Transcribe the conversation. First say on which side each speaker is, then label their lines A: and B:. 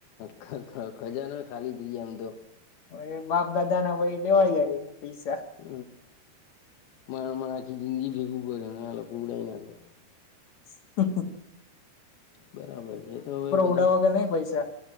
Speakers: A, on the left; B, on the left.
A: ગ હ ખજાનો ખાલી થઈ ગાય એમ તો.
B: એ બાપ દાદા ના ભાઈ લેવાઈ જાય. પૈસા
A: હ. મા મને આખી જિંદગી ભેગું કરે અનેને આ લોકો ઉડાવ નાખે.
B: સતક.
A: બરાબર છે તો હવે બધા
B: ઉડાવો કે નહી પૈસા